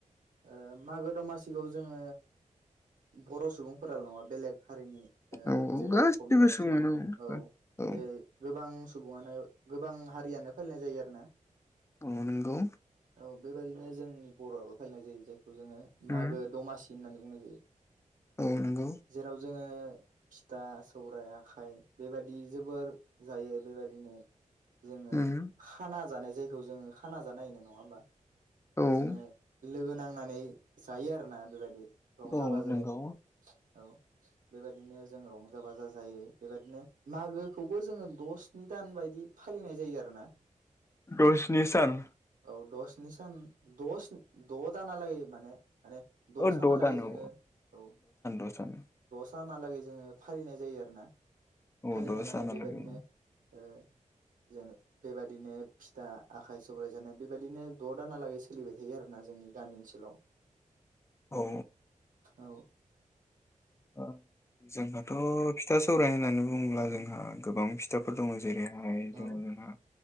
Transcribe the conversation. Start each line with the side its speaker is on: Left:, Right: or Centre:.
Right: ओ मागो दमासिखौ जोङो बर' सुबुंफोराल' नङा बेलेग हारिनि ओ
Left: औ औ
Right: जेरै
Left: गासिबो
Right: अखमिया
Left: सुबुङानो
Right: सुबुं औ
Left: औ
Right: बे गोबां सुबुङानो गोबां हारियानो फालिनाय जायो आरोना।
Left: उम नोंगौ।
Right: औ बेबायदिनो जोंनि बर'आबो फालिनाय जायो। जायखौ जोङो
Left: उम
Right: मागो दमासि होननानै बुंनाय जायो।
Left: औ नोंगौ।
Right: जेराव जोङो फिथा, सौराइ, आखाइ बेबादि जोबोर जायो बेबादिनो जोङो
Left: उम
Right: खाना जानाय जायखौ जोङो खाना जानाय होनो नङा होमबा?
Left: औ
Right: जोङो लोगो नांनानै जायो आरोना बेबादि। रंजा
Left: औ
Right: -बाजायै।
Left: नंगौ
Right: ओ बेबादिनो जों रंजा बाजा जायो बेबादिनो मागोखौबो जोङो द' स्नि दान बायदि फालिनाय जायो आरोना।
Left: द स्नि सान
Right: औ द स्नि सान दस द दानालगै माने। माने दसानालागै
Left: औ द' दान
Right: जोङो
Left: औ
Right: औ।
Left: <unintelligible>
Right: फानहालागै जोङो फालिनाय जायो आरोना
Left: औ
Right: फालिनाय
Left: द'
Right: माने
Left: सानालागै
Right: बेबादिनो ओ जानो बेबादिनो फिथा आखाइ सौराइ जानाय बेबादिनो द दानालागै सोलिबाय थायो आरोना जोंनि गामि ओनसोलाव। <inaudible>
Left: औ
Right: औ
Left: ओ-जोंहाथ फिथा सौराय होननानै बुङोब्ला जोंहा गोबां फिथाफोर दङ। जेरैहाय
Right: औ
Left: दोङो जोंहा।